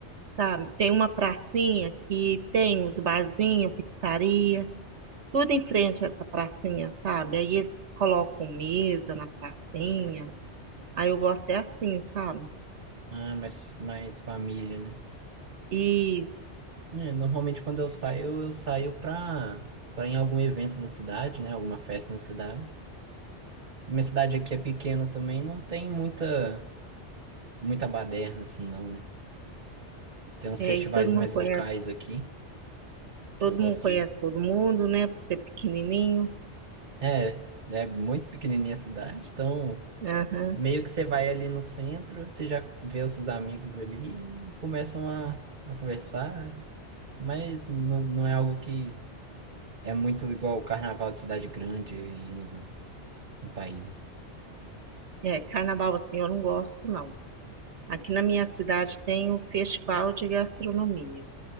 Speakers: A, on the right (about 80°); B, on the right (about 45°).
A: sabe? Tem uma pracinha que tem os barzinhos, pizzaria. tudo em frente a essa pracinha, sabe? Aí eles colocam mesa na pracinha. Aí eu gosto é assim, sabe?
B: Ah, mais, mais família, né?
A: E,
B: É, normalmente quando eu saio, eu saio pra, pra em algum evento da cidade, né? Alguma festa na cidade. Minha cidade aqui é pequena também, não tem muita, muita baderna assim, não, né? Tem uns
A: é,
B: festivais
A: e todo mundo
B: mais
A: conhece,
B: locais aqui, que
A: todo
B: eu gosto
A: mundo conhece
B: de ir.
A: todo mundo, né? Por ser pequenininho.
B: É, é muito pequenininha a cidade, então
A: Aham.
B: meio que você vai ali no centro, você já vê os seus amigos ali e começam a, a conversar, mas não, não é algo que É muito igual o carnaval de cidade grande e no, no país. né?
A: É, carnaval assim eu não gosto, não. Aqui na minha cidade tem um festival de gastronomia.